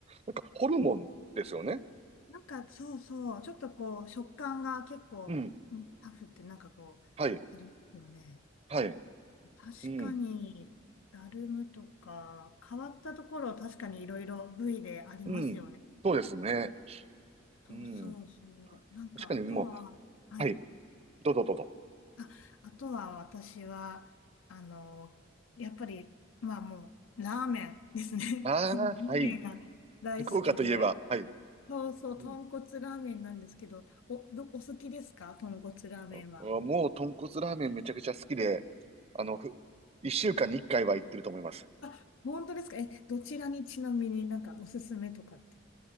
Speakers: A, on the right; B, on the left.
A: なんか、ホルモンですよね。
B: なんか、そうそう。ちょっとこう、食感が結構、
A: うん。
B: うんタフってなんかこう、
A: はい。
B: ありますよね。
A: はい。
B: 確かに、
A: うん。
B: だるむとか、変わったところ、確かにいろいろ部位でありますよね。
A: うん。そうですね。
B: そうそうそう。
A: うん。
B: なんか、
A: 確かにもう、
B: あとは、はい。
A: はい。どうぞどうぞ。
B: あ、あとは私は、あの、やっぱり、まあもう、ラーメンですね。
A: ああ、
B: <laughs> そのラーメンが大好きで。
A: はい。福岡といえば、はい。
B: そうそう、
A: うん。
B: 豚骨ラーメンなんですけど、お、ど、お好きですか豚骨ラーメンは。
A: ああもう、豚骨ラーメンめちゃくちゃ好きで、あの、ふ、一週間に一回は行ってると思います。
B: あ、本当ですかえ、どちらにちなみになんかおすすめとかって。